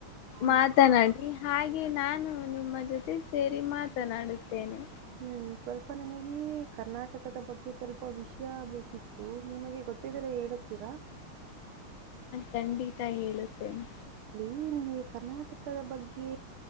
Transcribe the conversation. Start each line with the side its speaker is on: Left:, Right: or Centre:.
Right: ಹ್ಮ್
Left: ಮಾತನಾಡಿ ಹಾಗೆ ನಾನು ನಿಮ್ಮ ಜೊತೆ ಮೆ ಸೇರಿ ಮಾತನಾಡುತ್ತೇನೆ
Right: ಹ್ಮ್ ಸ್ವಲ್ಪ ನನಗೆ ಕರ್ನಾಟಕದ ಬಗ್ಗೆ ಸ್ವಲ್ಪ ವಿಷಯ ಬೇಕಿತ್ತು ನಿಮಗೆ ಗೊತ್ತಿದರ ಹೇಳತೀರಾ
Left: ಚಂಡಿ <inaudible> ತ್ತ ಹೇಳುತ್ತೇನೆ
Right: ಈ ನಿಮ್ಗೆ ಕರ್ನಾಟಕದ ಬಗ್ಗೆ